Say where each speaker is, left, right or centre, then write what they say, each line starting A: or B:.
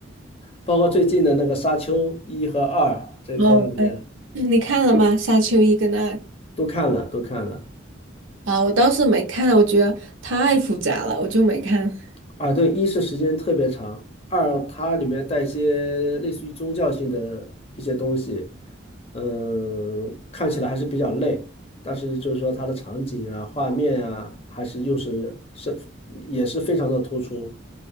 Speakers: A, on the left (about 30°); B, on the right (about 80°).
A: 包括最近的那个《沙丘》一和二这科幻片
B: 哦，对，嗯你看了吗？《沙丘一》跟二
A: 都看了，都看了
B: 啊，我倒是没看，我觉得太复杂了，我就没看。
A: 啊。对，一是时间特别长，二它里面带一些类似于宗教性的一些东西，嗯，看起来还是比较累，但是就是说它的场景啊、画面啊，还是又是是也是非常的突出。